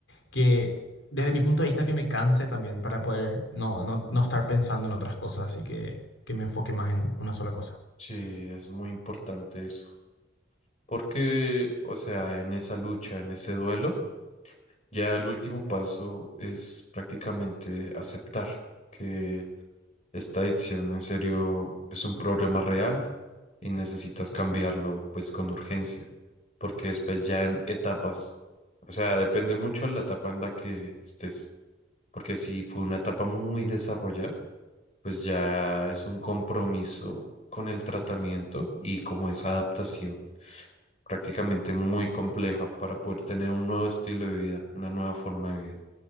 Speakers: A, on the left (about 90°); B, on the left (about 35°).
A: que desde mi punto de vista que me canse también para poder no, no, no estar pensando en otras cosas y que, que me enfoque más en una sola cosa.
B: Sí, es muy importante eso, porque, o sea, en esa lucha, en ese duelo, ya el último paso es prácticamente aceptar que Esta adicción en serio es un problema real y necesitas cambiarlo pues con urgencia, porque después ya en etapas, o sea, depende mucho de la etapa en la que estés, porque si fue una etapa muy desarrollada, pues ya es un compromiso con el tratamiento y como esa adaptación prácticamente muy compleja para poder tener un nuevo estilo de vida, una nueva forma de vida.